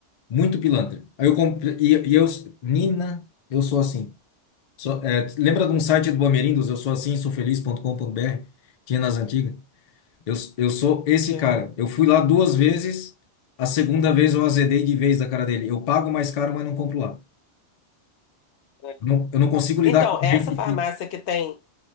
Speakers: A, on the left; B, on the left.
A: muito pilantra. Aí eu comprei, e, e eu, Nina, eu sou assim. Só- é, lembra de um site do Bamerindos? Eu sou assim, sou feliz.com.br? Tinha nas antigas. Eu, eu sou esse
B: É,
A: cara. Eu fui lá duas vezes, a segunda vez eu azedei de vez da cara dele. Eu pago mais caro, mas não compro lá.
B: é.
A: Eu não, eu não consigo lidar
B: Então,
A: com
B: essa
A: gente
B: farmácia
A: que.
B: que tem,